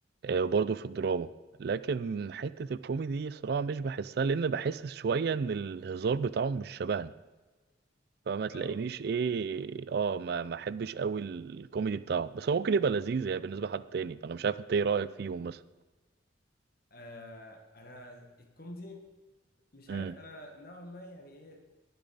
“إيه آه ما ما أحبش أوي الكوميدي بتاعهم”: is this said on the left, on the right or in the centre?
Right